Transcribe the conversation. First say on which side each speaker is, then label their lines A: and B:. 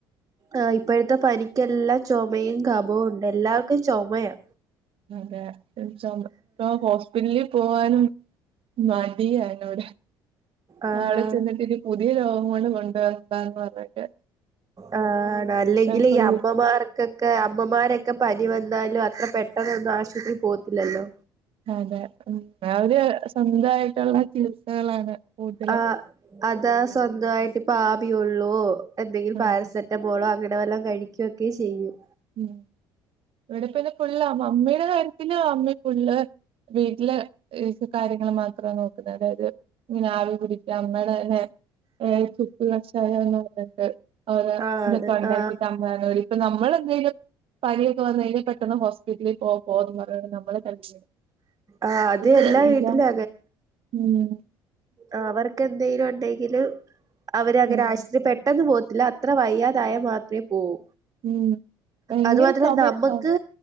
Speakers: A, on the right; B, on the right.
A: ആഹ് ഇപ്പഴത്തെ പനിക്കെല്ലാ ചൊമയും കപവുംണ്ട് എല്ലാവർക്കും ചുമയാ
B: അതെ ചൊമ ചൊമ പോവ ബില്ലി പോവാനും മടിയാ അതിനോട്
A: ആഹ്
B: അവിടെ ചെന്നിട്ട് ഇനി പുതിയ രോഗം കൂടെ കൊണ്ടുവരണ്ടാന്ന് പറഞ്ഞിട്ട്
A: ആഹ് അല്ലെങ്കിൽ
B: ഞാൻ ഫുൾ
A: ഈ അമ്മമാർ കൊക്കെ അമ്മമാരൊക്കെ പനി വന്നാലും അത്ര പെട്ടെന്നൊന്നും ആശുപത്രിയിൽ പോകത്തില്ലല്ലോ
B: അതെ ഉം അവര് സ്വന്തായിട്ടുള്ള ചികിത്സകളാണ് കൂടുതലും
A: ആഹ് അതാ സ്വന്തായിട്ട് ഇപ്പ ആവി കൊള്ളൂ എന്തെങ്കിലും
B: ആഹ്
A: പാരസെ റ്റമോളോ അങ്ങനെ വല്ലം കഴിക്കുക്കെ ചെയ്യും
B: ഉം ഇവിടെ പിന്നെ ഫുള്ളാ മമ്മിയുടെ കാര്യത്തില് മമ്മി ഫുള്ള് വീട്ടിലെ കാര്യങ്ങൾ മാത്രാ നോക്കുന്നത് അതായത് ഇങ്ങനെ ആവി പിടിക്ക <unintelligible> ഏഹ് ചുക്ക് കഷായന്ന് പറഞ്ഞിട്ട് അങ്ങനെ
A: ആഹ്
B: ഇതൊക്കെ
A: അതെ
B: ഉണ്ടാക്കിട്ട്
A: ആഹ്
B: അമ്മ <unintelligible> നമ്മള് എന്തേങ്കിലും പനിയൊക്കെ വന്ന് കഴിഞ്ഞാ പെട്ടെന്ന് ഹോസ്പിറ്റലിൽ പോ പോ എന്ന് പറഞ്ഞു കൊണ്ട് നമ്മളെ <unintelligible> <unintelligible>
A: ആഹ് അത് എല്ലാ വീട്ടിലും
B: ഉം
A: ആഹ് അവർക്ക് എന്തെങ്കിലും ഉണ്ടെങ്കില് അവരങ്ങനെ
B: ആഹ്
A: ആശുപത്രിപ്പെട്ട പെട്ടെന്ന് പോവത്തില്ല അത്ര വയ്യാതായ മാത്രേ പോവൂ
B: ഉം ഭയങ്കര
A: അതുമാത്രല്ല
B: ചുമയാട്ടോ
A: നമ്മുക്ക്